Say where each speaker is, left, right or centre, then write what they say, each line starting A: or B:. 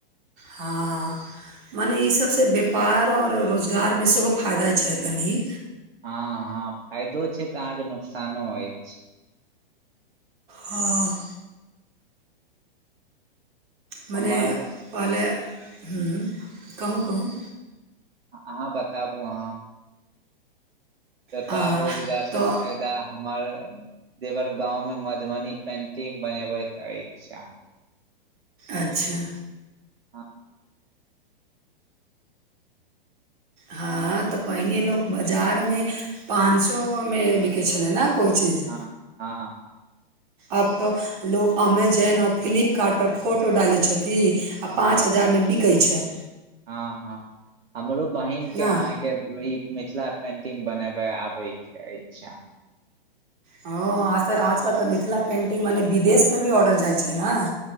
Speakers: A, on the right; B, on the right.
A: हँ मने इ सभ से व्यापार आओर रोजगार मे सेहो फायदा छै तनि
B: हँ हँ फायदो छै तऽ अहाँकेँ नुकसानो अछि
A: हँ मने
B: हमर
A: पहले हुँ कहूँ कहूँ
B: अहाँ बताबु अहाँ व्यापार
A: आ
B: रोजगार सँ
A: तऽ
B: फाय दा हमर देवर गांव मे मधुबनी पेन्टिंग बनबैत अछि
A: अच्छऽ
B: हँ
A: हँ तऽ पहिने लोक बजार मे पान सौ मे बिकै छलै नऽ कोइ चीज
B: हँ हँ
A: आब तऽ लोक अमेजेन आ फ्लिपकार्ट पर फोटो डालै छथि आ
B: हँ
A: पाँच हजार मे बिकै छै
B: हँ हँ हमरो बहिन केँ
A: ने
B: अहाॅं केँ ई मिथिला पेंटिंग बनेबै आबै अछि अहाँ
A: हँ आज तऽ आजकल तऽ मिथिला पेन्टिंग मने विदेश पर भी ऑर्डर जाइ छै नऽ